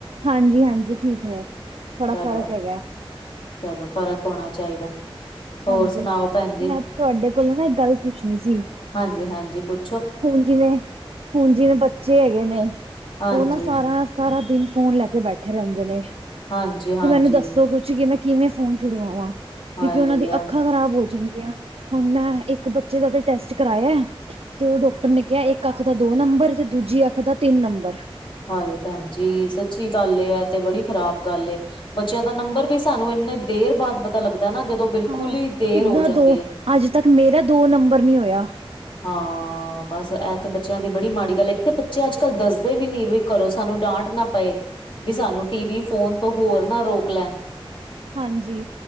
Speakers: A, on the right; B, on the left.
A: ਹਾਂਜੀ ਹਾਂਜੀ ਠੀਕ ਨੇ ਥੋੜਾ
B: ਚਲੋ
A: ਫ਼ਰਕ ਹੈਗਾ।
B: ਚਲੋ ਫ਼ਰਕ ਹੋਣਾ ਚਾਹੀਦਾ। ਹੋਰ
A: ਹਾਂਜੀ,
B: ਸੁਣਾਓ ਭੈਣ ਜੀ
A: ਮੈਂ ਤੁਹਾਡੇ ਕੋਲੋਂ ਨਾ ਇੱਕ ਗੱਲ ਪੁੱਛਣੀ ਸੀ।
B: ਹਾਂਜੀ ਹਾਂਜੀ ਪੁੱਛੁ।
A: ਹੁਣ ਜਿਵੇਂ ਹੁਣ ਜਿਵੇਂ ਬੱਚੇ ਹੈਗੇ ਨੇ
B: ਹਾਂਜੀ
A: ਉਹ ਨਾਂ ਸਾਰਾ ਦਿਨ। ਸਾਰਾ ਦਿਨ ਫੋਨ ਲੈ ਕੇ ਬੈਠੇ ਰਹਿੰਦੇ, ਨੇ
B: ਹਾਂਜੀ ਹਾਂਜੀ
A: ਤੇ ਮੈਨੂੰ ਦੱਸੋ ਕੁੱਛ ਕਿਵੇਂ। ਕਿਵੇਂ ਫੋਨ ਛੁਡਵਾਂ,
B: ਹਾਏ
A: ਕਿਉਂਕਿ ਉਹਨਾਂ ਦੀ ਅੱਖਾਂ ਖਰਾਬ ਹੋ ਜਾਣਗੀਆਂ ਹੁਣ ਮੈਂ ਇੱਕ ਬੱਚੇ। ਜਿਹਦਾ ਤਾ ਟੈਸਟ ਕਰਵਾਇਆ। ਤੇ ਉਹ ਡਾਕਟਰ ਨੇ ਕਿਹਾ ਇੱਕ ਅੱਖ ਦਾ ਦੋ ਨੰਬਰ ਤੇ ਦੂਜੀ ਅੱਖ ਦਾ ਤਿੰਨ ਨੰਬਰ।
B: ਹਾਏ ਭੈਣ ਜੀ ਸੱਚੀ ਗੱਲ ਤੇ ਬੜੀ ਖ਼ਰਾਬ ਗੱਲ ਏ। ਬੱਚਿਆਂ ਦਾ ਨੰਬਰ ਵੀ ਸਾਨੂੰ ਇੰਨੀ ਦੇਰ ਬਾਅਦ ਪਤਾ ਲੱਗਦਾ ਨਾ ਜਦੋਂ। ਬਿਲਕੁਲ
A: ਹਾਂ
B: ਈ
A: ਕਿੱਦਾਂ
B: ਦੇਰ ਹੋ ਜਾਂਦੀ
A: ਦੋ
B: ਐ।
A: ਅੱਜ ਤੱਕ ਮੇਰਾ ਦੋ ਨੰਬਰ ਨੀ ਹੋਇਆ।
B: ਹਾਂ ਬਸ ਇਹ ਤੇ ਬੱਚਿਆਂ ਦੀ ਬੜੀ ਮਾੜੀ ਗੱਲ ਹੈ, ਕਿਥ ਬੱਚੇ ਅੱਜ ਕੱਲ੍ਹ ਦੱਸਦੇ ਵੀ ਨੀ ਵੀ। ਕਰੋ ਸਾਨੂੰ ਡਾਂਟ ਨਾ ਪਏ ਵੀ ਸਾਨੂੰ ਟੀ ਵੀ ਫੋਨ ਤੋਂ ਹੋਰ ਨਾ ਰੋਕ ਲੈਣ।
A: ਹਾਂਜੀ।